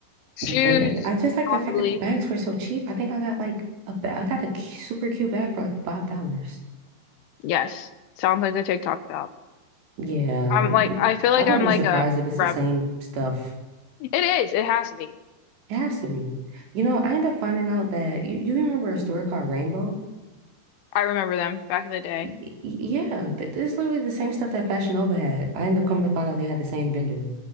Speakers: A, on the left (about 80°); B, on the right (about 65°).
A: shoes,
B: And it- I just like
A: possibly.
B: the fact that the bags were so cheap. I think I got like a ba- I got a cu- super cute bag for like $5.
A: Yes, sounds like the TikTok shop.
B: Yeah.
A: I'm like I feel like
B: I wouldn't
A: I'm
B: be
A: like
B: surprised
A: a
B: if it's
A: rep.
B: the same stuff.
A: It is. It has to be.
B: It has to be. You know, I ended up finding out that you, you remember a store called Rainbow?
A: I remember them back in the day.
B: Y y- yeah, th this is literally the same stuff that Fashion Nova had. I ended up coming to find out they had the same vendor.